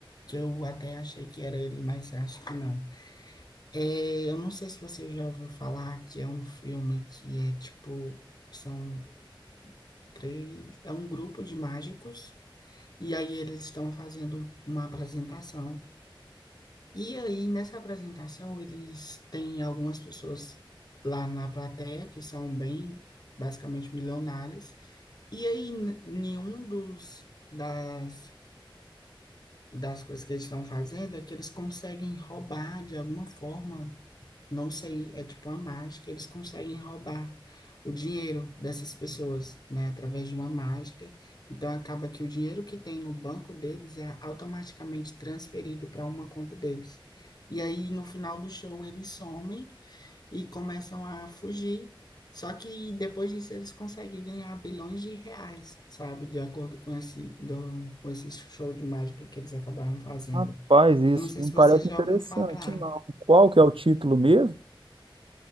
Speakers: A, on the left; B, on the right.
A: que eu até achei que era ele, mas acho que não. É, eu não sei se você já ouviu falar que é um filme que é tipo, são três, é um grupo de mágicos, e aí eles estão fazendo uma apresentação. E aí, nessa apresentação, eles têm algumas pessoas lá na plateia que são bem, basicamente, milionários. E aí, n- nenhum dos, das, das coisas que eles estão fazendo é que eles conseguem roubar, de alguma forma, não sei, é tipo uma mágica, eles conseguem roubar o dinheiro dessas pessoas, né, através de uma mágica. Então acaba que o dinheiro que tem no banco deles é automaticamente transferido para uma conta deles. E aí no final do show eles somem e começam a fugir. Só que depois disso eles conseguem ganhar bilhões de reais, sabe, de acordo com esse do- com esse show de mágica que eles acabaram fazendo.
B: Rapaz, isso
A: Eu não sei
B: não
A: se
B: parece
A: você já
B: interessante,
A: ouviu falar.
B: não. Qual que é o título mesmo?